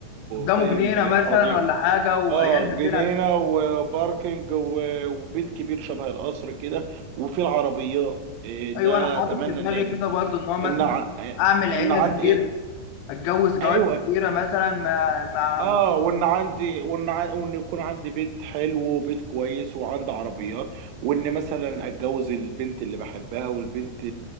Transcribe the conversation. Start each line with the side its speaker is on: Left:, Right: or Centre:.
Left: قدامه
Right: فاهم
Left: جنينه مثلا
Right: حديقة
Left: ولا حاجه وعيال
Right: اه
Left: بتلعب
Right: جنينة وباركينج و- وبيت كبير شبه القصر كده وفي العربيات إيه
Left: ايوه
Right: ده
Left: انا حاطط
Right: اتمنى
Left: في دماغي
Right: ان يبقى
Left: كده برضو ان هو مثلا
Right: ان ع-
Left: اعمل
Right: ان
Left: عيله
Right: عندي
Left: كبيره
Right: ايه
Left: اتجوز جوازه
Right: ايوه
Left: كبيره مثلا مع مع
Right: اه وان عندي وان ع- وان يكون عندي بيت حلو وبيت كويس وعندي عربيات وان مثلا اتجوز البنت اللي بحبها والبنت